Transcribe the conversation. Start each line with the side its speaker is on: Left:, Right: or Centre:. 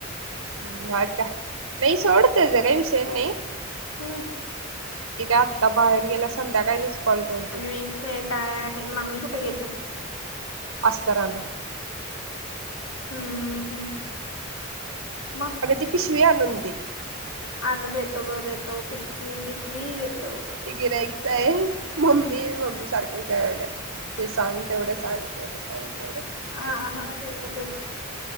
Right: हम् ह का नाही सोड तेजा काय विषय नाही.
Left: हो
Right: एक आत्ता बाहेर गेला संध्याकाळचच कॉल करते.
Left: <unintelligible> काय आहे मम्मी कुठ गेल्या.
Right: असतर आलय.
Left: हम्म हम्म म.
Right: अग ती पिशवी आणून दे.
Left: अगं देतो ग देतो पिशवी पिशवी देतो.
Right: ते गिराईक चा ये मम्मी मम्मी सार ये जेवायला ते सांग तेवढं सांग तेवढं सांग तेवढं.
Left: हा हा ते येत ते येत.